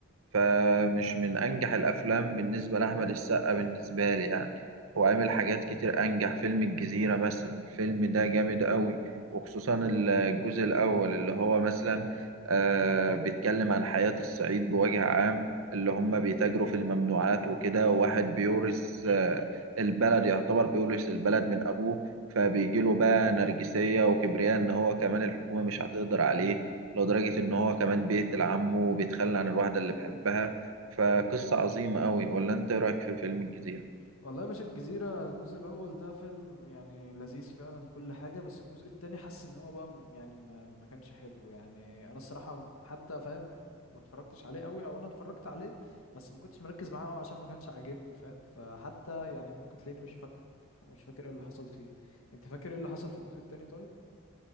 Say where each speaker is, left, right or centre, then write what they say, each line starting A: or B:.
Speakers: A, on the right; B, on the left.
A: فمش من أنجح الأفلام بالنسبة لأحمد السقا بالنسبة لي يعني هو عامل حاجات كتير أنجح فيلم الجزيرة مثلا الفيلم ده جامد قوي وخصوصا الجزء الأول اللي هو مثلا آه بيتكلم عن حياة الصعيد بوجه عام اللي هم بيتاجروا في الممنوعات وكده وواحد بيورث آه البلد يعتبر بيورث البلد من أبوه فبيجيله بقى نرجسية وكبرياء إن هو كمان الحكومة مش هتقدر عليه لدرجة إن هو كمان بيقتل عمه وبيتخلى عن الواحدة اللي بيحبها فقصة عظيمة أوي ولا أنت إيه رأيك في فيلم الجزيرة؟
B: والله يا باشا الجزيرة الجزء الأول ده فيلم يعني لذيذ فعلا وكل حاجة بس الجزء التاني حاسس إن هو بقى م- يعني ما, ما كانش حلو يعني أنا الصراحة حتى فاهم ما اتفرجتش عليه أوي أو أنا اتفرجت عليه بس ما كنتش مركز معاه أوي عشان ما كانش عاجبني فاهم فحتى يعني ممكن تلاقيني مش فاكره أو مش فاكر إيه اللي حصل فيه أنت فاكر إيه اللي حصل في الجزء التاني طيب؟